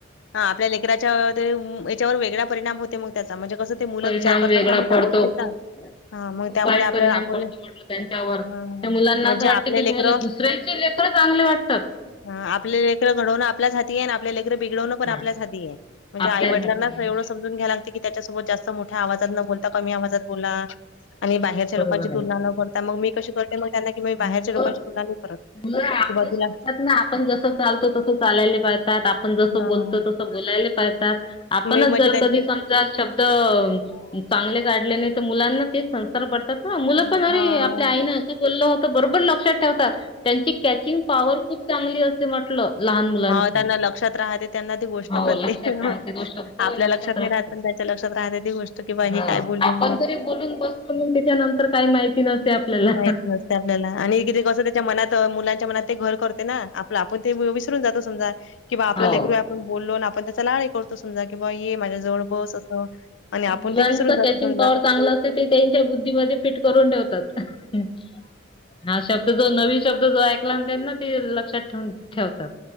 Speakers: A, on the left; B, on the left.
A: हां, आपल्या लेकराच्या त याच्यावर वेगळा परिणाम होते मग त्याचा म्हणजे कसं. ते मुलं
B: परिणाम
A: विचार करतात
B: वेगळा
A: ना मग त्या
B: पडतो
A: गोष्टीचा.
B: खूप.
A: हां, मग
B: खूप
A: त्यामुळे
B: वाईट
A: आपल्याला
B: परिणाम
A: आपण
B: पडतो म्हटल त्यांच्यावर
A: हां,
B: मुलांना
A: म्हणजे
B: असं वाटत
A: आपले
B: की
A: लेकरं
B: तुम्हाला दुसऱ? दुसऱ्याच्या लेकर चांगले वाटतात.
A: ह आपल्या लेकर घडवणं आपल्याच हाती आहे आणि आपल्या लेकर बिगडवणं पण
B: हा
A: आपल्याच हाती आहे. म्हणजे
B: आपल्या
A: आई वडीलनाच
B: घातली आहे.
A: एवढं समजून घ्याय लागते की, त्याच्यासोबत जास्त मोठ्या आवाजात न बोलता कमी आवाजात बोला आणि
B: हा
A: बाहेरच्या
B: बरोबर
A: लोकांची तुलना
B: आहे
A: तर मग मी कशी करते मग त्यांना कि म बाहेरच्या
B: मुलं
A: लोकांशी तुलना नाही करत
B: मुलं आपलं
A: कि बावा तुला,
B: शिकतात ना आपण जसं चालतो तसं चालायले पाहतात आपण जसं
A: हां,
B: बोलतो तसं बोलायला पाहतात. आपणच
A: मी म्हणजे
B: जर
A: त्यांची
B: कधी सम चार शब्द चांगले काढले नाही तर ते मुलांना तेच संस्कार पडतात. ह मुलं
A: हां,
B: पण अरे आपल्या आईन बोल होत बरोबर लक्षात ठेवतात त्यांची कॅचिंग पॉवर खूप चांगली असे म्हटलं. लहान मुलांची
A: हा त्यांना लक्षात राहते त्यांना ती गोष्ट
B: हो
A: प्रत्येक
B: लक्षात
A: तेन
B: राहते तो शब्द
A: आपल्या लक्षात
B: राहते
A: नाही राहत पण. त्याच्या लक्षात राहते ती गोष्ट की बा
B: हो
A: हे काय बोलली
B: आपण
A: म्हणून.
B: जरी बोलून बसतो मग त्याच्या नंतर काही माहिती नसते आपल्याला.
A: माहित नसते आपल्याला आणि कितीका असुदेत, मनात मुलांच्या मनात ते घर करते ना आपलं आपण ते विसरून जातो समजा कि बा आपला लेकरू.
B: हो
A: कोण बोललो आपण त्याचा लाडही करतो. समजा कि बा ये माझ्या जवळ बस असं आणि आपण
B: मुलांचं
A: ते विसरून जातो
B: कॅचिंग
A: समजा.
B: पॉवर चांगलं ते त्यांच्या बुद्धीमध्ये फिट करून ठेवतात हा शब्द, शब्द जो नवीन शब्द जो ऐकला त्यां ना ते लक्षात ठेवून ठेवतात.